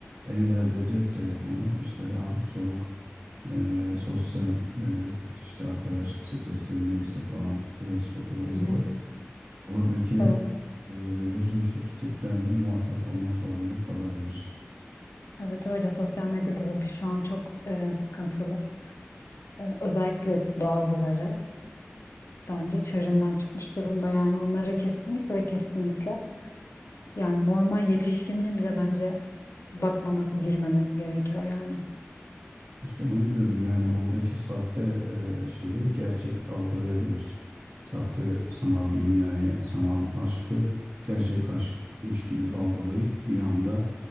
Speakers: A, on the right; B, on the left.
A: ellerde cep telefonu işte abuk sabuk e, sosyal e, işte arkadaşlık sitesi neyse falan Facebook ıvır
B: Hı
A: zıvır
B: hı.
A: oradaki
B: Evet,
A: e, lüzumsuz tiplerle muhatap olmak zorunda kalabilir.
B: evet öyle sosyal medyada tabii şu an çok e, sıkıntılı. E, özellikle bazıları bence çığırından çıkmış durumda yani onlara kesinlikle ve kesinlikle yani normal yetişkinin bile bence bakmaması, girmemesi gerekiyor yani.
A: İşte onu diyorum yani oradaki sahte e, şeyi gerçek algılayabilir. Sahte sanal dünyayı, sanal aşkı gerçek aşkmış gibi algılayıp bir anda